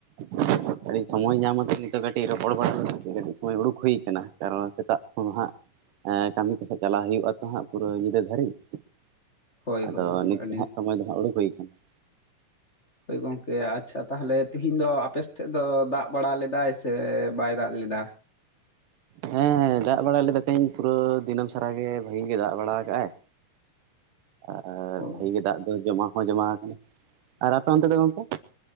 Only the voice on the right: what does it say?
<inaudible> ᱠᱟᱹᱴᱤᱡ ᱥᱚᱢᱚᱭ ᱧᱟᱢ ᱟᱛᱮ ᱱᱤᱛᱚᱜ ᱠᱟᱹᱴᱤᱡ ᱨᱚᱯᱚᱲ ᱵᱟᱲᱟ <unintelligible> ᱠᱟᱹᱴᱤᱡ ᱥᱚᱢᱚᱭ ᱦᱩᱲᱩ ᱠᱚ ᱦᱩᱭ ᱠᱟᱱᱟ ᱾ ᱟᱨᱚ ᱥᱮᱛᱟᱜ ᱠᱷᱚᱱ ᱦᱟᱸᱜ ᱮᱸ ᱠᱟᱹᱢᱤ ᱠᱚᱛᱮ ᱪᱟᱞᱟᱣ ᱦᱩᱭᱩᱜᱼᱟ ᱛᱚ ᱦᱟᱸᱜ ᱯᱩᱨᱟᱹ ᱧᱤᱫᱟᱹ ᱫᱷᱟᱹᱨᱤᱡ ᱾
ᱟᱫᱚ
ᱱᱤᱛ
ᱫᱚ ᱦᱟᱸᱜ ᱥᱚᱢᱚᱭ ᱫᱚ ᱦᱟᱸᱜ ᱩᱲᱩᱠ ᱦᱩᱭ ᱠᱟᱱᱟ ᱾
ᱦᱮᱸ ᱦᱮᱸ, ᱫᱟᱜ ᱵᱟᱲᱟ ᱞᱮᱫᱟ ᱛᱟᱦᱮᱸᱧ ᱯᱩᱨᱟᱹ ᱫᱤᱱᱟᱹᱢ ᱥᱟᱨᱟ ᱜᱮ ᱵᱷᱟᱜᱤ ᱜᱮ ᱫᱟᱜ ᱵᱟᱲᱟ ᱟᱠᱟᱫᱼᱟᱭ, ᱟᱨ
ᱵᱷᱟᱜᱤ ᱜᱮ ᱫᱟᱜ ᱫᱚ ᱡᱚᱢᱟ ᱦᱚᱸ ᱡᱚᱢᱟ ᱟᱠᱟᱱᱟ, ᱟᱨ ᱟᱯᱮ ᱚᱱᱛᱮ ᱫᱚ ᱜᱚᱝᱠᱮ?